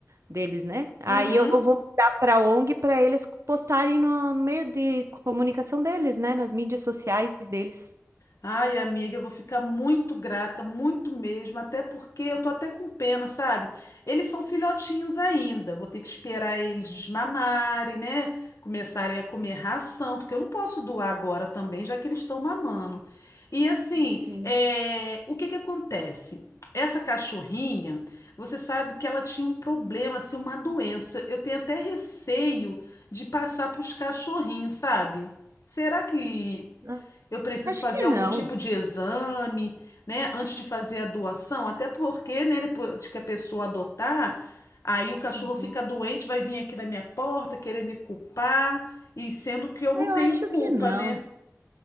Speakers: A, on the right; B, on the left.
A: deles, né? Aí
B: Uhum.
A: eu vou mandar para ONG para eles postarem no, meio de comunicação deles, né? Nas mídias sociais deles.
B: Ai, amiga, eu vou ficar muito grata, muito mesmo, até porque eu tô até com pena, sabe? Eles são filhotinhos ainda, vou ter que esperar eles desmamarem, né? Começarem a comer ração, porque eu não posso doar agora também, já que eles estão mamando. E assim,
A: Sim.
B: é, o que que acontece? Essa cachorrinha, você sabe que ela tinha um problema, assim, uma doença. Eu tenho até receio de passar para os cachorrinhos, sabe? Será que
A: Ah,
B: eu preciso
A: Acho
B: fazer
A: que
B: algum
A: não.
B: tipo de exame, né, antes de fazer a doação, até porque, né, depois que a pessoa adotar, aí o cachorro
A: uhum.
B: fica doente, vai vir aqui na minha porta querer me culpar, e sendo que eu
A: Ah,
B: não
A: Eu
B: tenho
A: acho
B: culpa,
A: que não.
B: né?